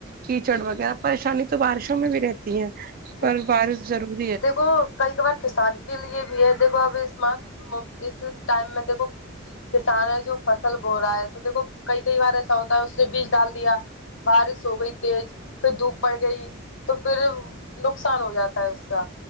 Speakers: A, on the right; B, on the left.
A: کیچڑ
B: جی
A: وغیرہ پریشانی تو بارشوں میں بھی رہتی ہے
B: جی
A: پر بارش ضرور
B: دیکھو کئی بار کسان کے لیے بھی ہے دیکھو اب اس ما اس ٹائم میں دیکھو کسان ہے جو فصل بو رہا ہے تو دیکھو کئی کئی بار ایسا ہوتا ہے اس نے بیج ڈال دیا بارش ہو گئی تیز پھر دھوپ پڑ گئی تو پھر نقصان ہو جاتا ہے اس <inaudible>